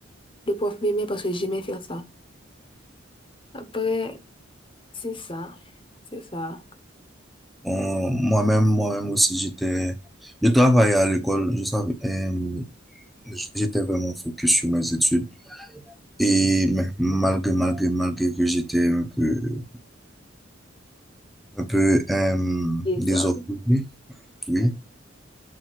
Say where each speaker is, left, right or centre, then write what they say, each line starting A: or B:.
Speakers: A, on the left; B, in the centre.
A: le prof m'aimait parce que j'aimais faire ça. Après, c'est ça. C'est ça.
B: On- moi-même, moi-même aussi, j'étais, je travaillais à l'école, je savais, euh, j'étais vraiment focus sur mes études. Et ma- malgré, malgré, malgré que j'étais un peu, un peu, euh,
A: Désordre.
B: désordonné, oui.